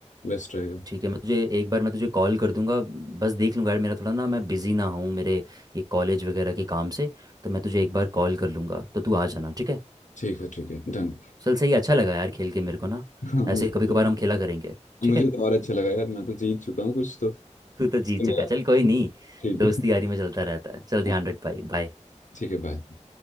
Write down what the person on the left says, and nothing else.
बेस्ट रहेगा
ठीक है ठीक है डन
हाँ मुझे
तो
मुझे
तो और अच्छा लगा यार मैं तो जीत चुका हूँ कुछ तो, तो
मेरा
ठीक
है
हाँ
ठीक है बाय